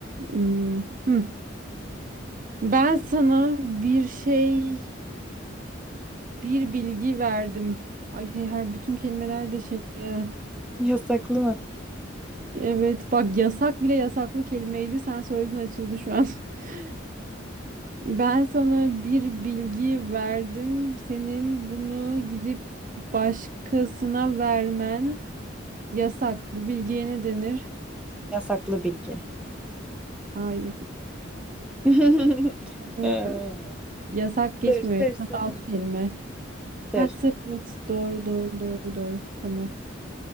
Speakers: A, on the right; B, in the centre.
A: Hmm, hmm. Ben sana bir şey, bir bilgi verdim. Ay hey her bütün kelimeler de şey. e,
B: yasaklı mı?
A: Evet bak yasak bile yasaklı kelimeydi. Sen söyledin açıldı şu an. <laughs> Ben sana bir bilgi verdim. Senin bunu gidip başkasına vermen yasak. Bu bilgiye ne denir?
B: yasaklı bilgi.
A: Hayır.
B: <laughs>
A: Ee,
B: Ee,
A: Yasak geçmiyor.
B: Sır, sır,
A: Yasak
B: sır.
A: alt kelime.
B: Sır.
A: Ha sır evet. Doğru doğru doğru doğru. Tamam.